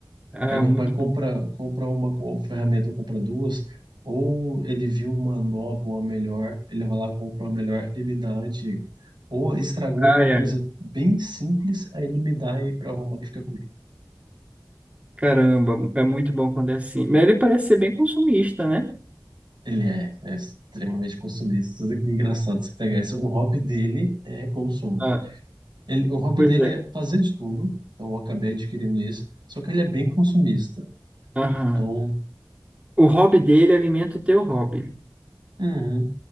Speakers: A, on the right; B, on the right.
A: Ah,
B: Aí meu
A: muito
B: pai compra,
A: bom.
B: compra uma co- ferramenta, ou compra duas, ou ele viu uma nova, uma melhor, ele vai lá, compra uma melhor e me dá a antiga. Ou estragou
A: Ai,
B: alguma coisa
A: ai.
B: bem simples, aí ele me dá e para arrumar e fica comigo.
A: Caramba, é muito bom quando é assim. Mas ele parece ser bem consumista, né?
B: Ele é, é extremamente consumista. Tudo Que é engraçado você pegar isso. O hobby dele é consumo.
A: Ah,
B: Ele, o hobby
A: pois
B: dele
A: é.
B: é fazer de tudo, então eu acabei adquirindo isso, só que ele é bem consumista.
A: Aham.
B: Então,
A: O hobby dele alimenta o teu hobby,
B: uhum,